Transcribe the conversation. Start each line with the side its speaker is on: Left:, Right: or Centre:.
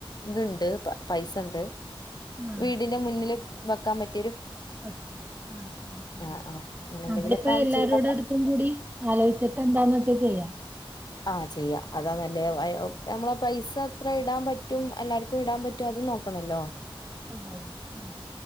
Left: ഇത്ണ്ട് പൈസണ്ട്
Right: ആഹ്
Left: വീടിന്റെ മുന്നില് വെക്കാൻ പറ്റ്
Right: അഹ് ഉം ഉം ഉം
Left: ആ ആ അങ്ങനെ
Right: ഉം
Left: എന്തെങ്കിലുമൊക്കെ
Right: അതല് പ്പൊ എല്ലാരോടും
Left: ചെയ്താ
Right: അടുത്തും കൂടി ആലോയ്ച്ട്ട് എന്താന്ന് വെച്ച ചെയ്യ
Left: ആഹ് ചെയ്യ. അതാ നല്ലത്. നമ്മളെ പൈസ അത്ര ഇടാൻ പറ്റും എല്ലാർക്കും ഇടാൻ പറ്റും അ ത് നോക്കണല്ലോ
Right: അതെ. ഉം